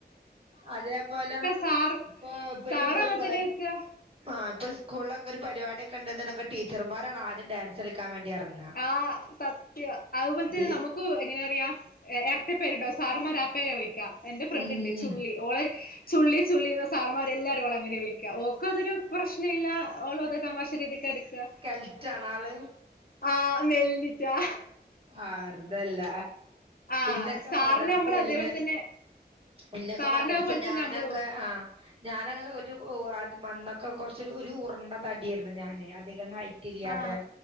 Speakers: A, on the right; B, on the left.
A: അതേപോലെ
B: സാറും
A: ഇപ്പൊ ഇപ്പോരു
B: സാറും
A: ബ
B: അങ്ങനെ
A: ബ
B: തന്നെ നിക്കാ
A: ആഹ് ഇപ്പ സ്കൂളിലൊക്കെ ഒരു പരിപാടിയൊക്കെ ഉണ്ടുന്നുണ്ടെ ടീച്ചർമാരാണ് ആദ്യം ഡാൻസ് <unintelligible> ക്കാ വേണ്ടി ഇറങ്ങാ
B: ആഹ് സത്യം അതുപോലെ തന്നെ
A: തി
B: നമു മുക്കും എങ്ങനെ പറയാ ഇരട്ട പേരുണ്ടാകും സാറമാര ആഹ് പേര വിളിക്കാ എന്റെ ഫ്രണ്ട്
A: ഉം
B: ഇണ്ട് ചുള്ളി
A: ഉം
B: ഓളെ ചുള്ളി ചുള്ളിന്ന് സാർമാരെ എല്ലാരും ഓളങ്ങനാ വിളിക്കാ ഓക്ക് അതൊരു പ്രശ്നം ഇല്ല ഓളത് തമാശ രീതിക്ക് എട്ക്കാ
A: കെൽറ്റാണാള്
B: ആഹ് മെല്ല്ഞ്ഞിറ്റാ
A: ആഹ് വെർതല്ല
B: ആ
A: ഇന്നൊക്കെ
B: സാറിന്
A: മദർസെൽന്ന്
B: നമ്മൾ അതേപോലെ തന്നെ
A: ഇന്നൊക്കെ
B: സാറിന്
A: മദർസനെ
B: അതുപോലെ തന്നെ
A: ഞാനൊക്കെ
B: നമ്മളും
A: ആഹ് ഞാൻ ഒരു അത് മന്നൊക്കെ കുറച്ചൊരു ഒരു ഉർണ്ട തടിയായിരുന്നു ഞാന് അധികം ഹൈറ്റ് തിരിയാതെ
B: ആ